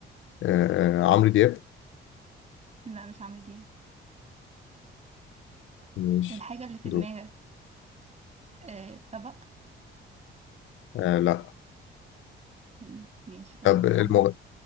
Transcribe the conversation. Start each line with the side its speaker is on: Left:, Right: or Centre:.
Left: آه، عمرو دياب
Right: لا مش عمرو دياب
Left: ماشي
Right: الحاجة اللي في دماغك
Left: دول
Right: آه، طبق
Left: آه لا
Right: مم، ماشي خلاص
Left: طب المغ...
Right: كمل